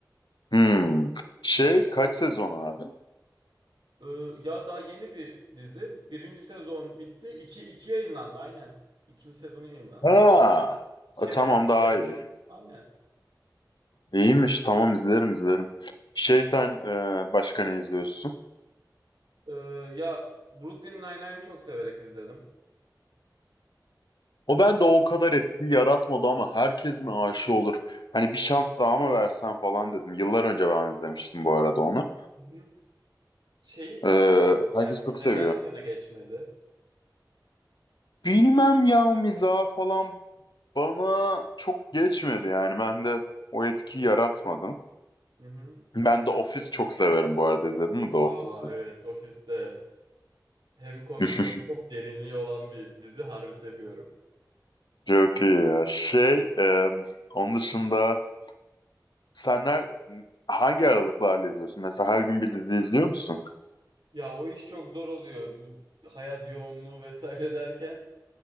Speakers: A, on the left; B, on the right.
A: Hmm. Şey kaç sezon abi?
B: Ee, ya daha yeni bir dizi. Birinci sezon bitti. İki, iki yayınlandı aynen. İkinci sezonu yayınlandı.
A: Ha.
B: Çerezlik
A: E, Tamam daha
B: ya.
A: iyi.
B: Aynen.
A: İyiymiş. Tamam izlerim izlerim. Şey sen e, başka ne izliyorsun?
B: Ee, ya Brooklyn Nine-Nine'i çok severek izledim.
A: O bende o kadar etki yaratmadı ama herkes mi aşı olur? Hani bir şans daha mı versen falan dedim. Yıllar önce ben izlemiştim bu arada onu.
B: Hı hı. Şeyi
A: Ee,
B: yani
A: herkes çok
B: neden
A: seviyor.
B: sana geçmedi?
A: Bilmem ya miza falan bana çok geçmedi yani. Ben de o etkiyi yaratmadım.
B: Hı hı.
A: Ben de Office çok severim bu arada. İzledin mi The
B: Aa
A: Office'i?
B: evet ofiste. Hem komik
A: <laughs>
B: hem çok derinliği olan bir dizi harbi seviyorum.
A: Çok iyi ya. Şey, e, onun dışında senler hangi aralıklarla izliyorsun? Mesela her gün bir dizi izliyor musun?
B: Ya o iş çok zor oluyor. Bu hayat yoğunluğu vesaire <laughs> derken